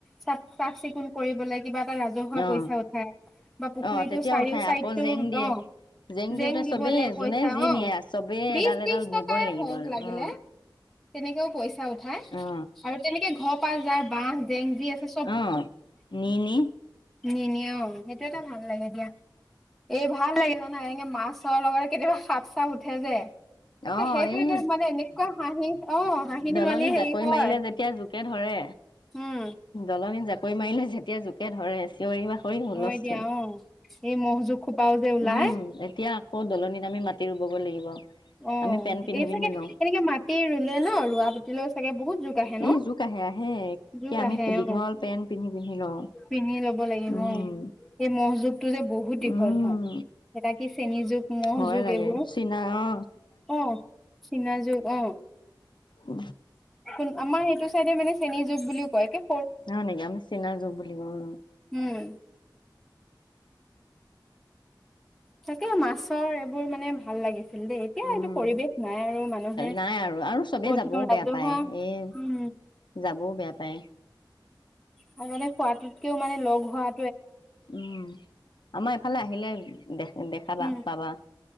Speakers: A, in the centre; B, on the left.
A: চাফ চাফ চিকুণ কৰি লাগে কিবা এটা ৰাজহুৱা
B: অ
A: পইচা উঠাই বা পুখুৰীতটো
B: অ তেতিয়া
A: চাৰিও
B: উঠাই
A: চাইডতটো
B: আকৌ জেং দিয়ে
A: অ' জেং
B: দিওঁতে
A: দিবলৈ
B: চবেই
A: পইচা
B: যোনে যি
A: অ'
B: নিয়ে চবেই
A: বিশ
B: এডাল
A: ত্ৰিশ
B: এডাল
A: টকাই
B: নিবই লাগিব
A: হওক
B: আৰু
A: লাগিলে
B: অ
A: তেনেকেও পইচা উঠাই হে
B: অ
A: আৰু তেনেকে ঘৰ পা যাই বাঁহ জেং যি আছে
B: অ' নি- নি
A: নি নি সেইটো এটা ভাল লাগে দিয়া, এই ভাল লাগে জানা এনেক মাছৰ লগত কেতিয়াবা সাপ চাপ উঠে যে একে
B: অ
A: সেইটো
B: এই
A: এয়া মানে এনেকুৱা হাঁহি অ' হাঁহি ধেমালি
B: দলনি
A: হেৰি
B: জাকৈ
A: হয়
B: মাৰিলে যেতিয়া জোকে ধৰে
A: উম
B: দলনি জাকৈ যেতিয়া জোকে ধৰে চিঞৰি বাখৰি হুলস্থুল
A: হয় দিয়া অ এই মহ জোক খোপাও যে ওলাই
B: উম এতিয়া আকৌ দলনিত আমি মাটি ৰুব লাগিব
A: অ
B: আমি পেন্ট পিন্ধি
A: এই চাগে
B: পিন্ধি লওঁ
A: এনেকে মাটি ৰুলে ন ৰোৱা পতিলেও চাগে বহুত জোক আহে ন
B: এই জোক আহে আহে একে
A: জ
B: আমি
A: আহে
B: দীঘল
A: অ
B: পেন্ট পিন্ধি পিন্ধি লওঁ
A: পিন্ধি ল'ব লাগিব
B: উম
A: অ এই মহ জোকটো যে বহুত দীঘল
B: উম
A: হয় এটা কি চেনী জোক মহ
B: ভয়
A: জোক
B: লাগে
A: এইবোৰ
B: চীনা অ
A: অ চীনা জোক অ
B: উ
A: কোন আমাৰ সেইটো চাইডে মানে চেনী জোক বুলিও কয় কে
B: নাই নেকি আমি চীনা জোক বুলি কওঁ
A: উম তাকে মাছৰ এইবোৰ মানে ভাল লাগিছে দেই এতিয়া
B: উম
A: এইটো পৰিৱেশ নাই আৰু মানুহে
B: নাই আৰু আৰু চবেই
A: পদন
B: যাবও
A: ৰাজহুৱা
B: বেয়া পায় এই
A: হম
B: যাবও বেয়া পায়
A: আৰু মানে খোৱাটোতকেও মানে লগ হোৱা
B: উম আমাৰ এইফালে আহিলে দে দেখাবা
A: উম
B: পাবা